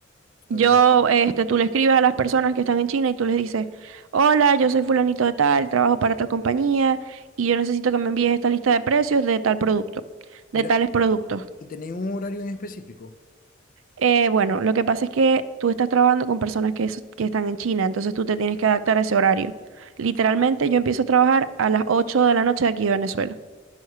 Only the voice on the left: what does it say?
Está
bien. está bien.
Mira,
¿y tenéis un horario en específico?